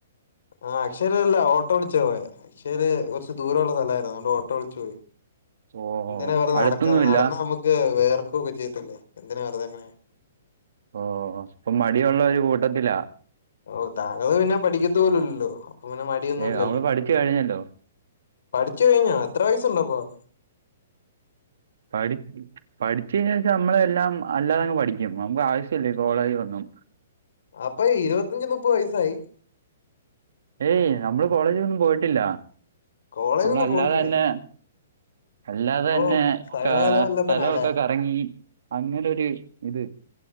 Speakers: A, on the left; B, on the right.
A: ആഹ് അക്ഷയിൽ അല്ല ഓട്ടോ വിളിച്ചാ പോയെ പക്ഷേഅത് കുറച്ച് ദൂരമുള്ള സ്ഥലമായിരുന്നു അത്കൊണ്ട് ഓട്ടോ വിളിച്ച് പോയി.
B: ഓ
A: എന്തിനാ വെറുതെ
B: അടുത്തൊന്നുമില്ല
A: നടക്ക്ന്ന് നടന്നാ നമ്മുക്ക് വേയർക്ക് ഒക്കെ ചെയ്ത്തില്ലേ എന്തിനാ വെറുതെ അങ്ങനെ
B: ഓ അപ്പൊ മടിഉള്ള ഒരു കൂട്ടത്തിലാ
A: ഓ താങ്കള് പിന്നെ പഠിക്കത്ത് പോലുല്ലല്ലോ അപ്പൊ പിങ്ങനെ മടിയൊന്നും
B: ഏ
A: ഇല്ലല്ലോ
B: നമ്മള് പഠിച്ചു കഴിഞ്ഞല്ലോ
A: പഠിച്ചു കഴിഞ്ഞോ എത്ര വയസ്സുണ്ടപ്പം
B: പഠി പഠിച്ച് കഴിഞ്ഞോച്ചാൽ ഞമ്മളെ എല്ലാം അല്ലാതെങ്ങ് പഠിക്കും നമുക്ക് ആവശ്യ ഇല്ല ഈ കോളേജ് ഒന്നും.
A: അപ്പൊ ഇരുപത്തഞ്ച് മുപ്പത് വയസ്സായി.
B: ഏയ് നമ്മള് കോളേജിൽന്നും പോയിട്ടില്ല
A: കോളേജൊന്നും
B: നമ്മളല്ലാതെ
A: പോയിട്ടില്ലേ
B: തന്നെ. അല്ലാതെ തന്നെ
A: ഓ സകലകല
B: കാ
A: വല്ലഭനാല്ലേ
B: സ്ഥലം ഒക്കെ കറങ്ങി. അങ്ങനെരു ഇത്